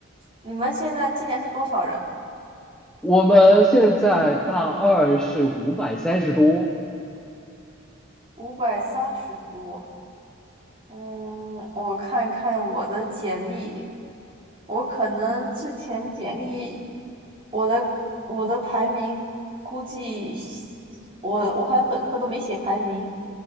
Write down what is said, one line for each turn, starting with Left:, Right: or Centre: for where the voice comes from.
Right: 你们现在今年是多少人？
Centre: 我们现在大二是五百三十多，
Right: 五百三十多。嗯，我看看我的简历，我可能之前简历，我的我的排名估计，我我好像本科都没写排名。